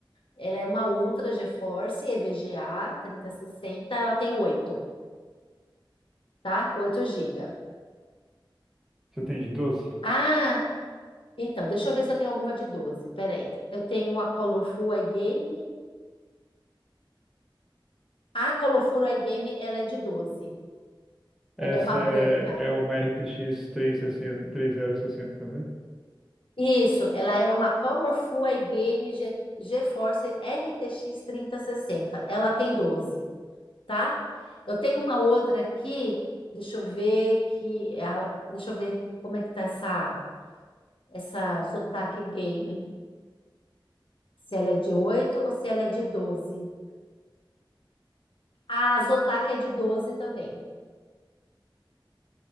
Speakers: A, on the left; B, in the centre.
A: ela é uma Ultra GeForce EVGA 3060, ela tem 8, tá? 8 gigas.
B: Você tem de 12?
A: Ah, então, deixa eu ver se eu tenho alguma de 12. Peraí. Eu tenho a Colorful iGame. A Colorful iGame, ela é de 12.
B: Essa
A: Ela é uma branca.
B: é, é uma RTX 360, sessenta três mil e sessenta também?
A: Isso, ela é uma Colorful iGame Ge- GeForce RTX 3060. Ela tem 12, tá? Eu tenho uma outra aqui, deixa eu ver que é a- deixa eu ver como é que tá essa essa Zotac Gaming. Se ela é de 8 ou se ela é de 12? A Zotac é de 12 também,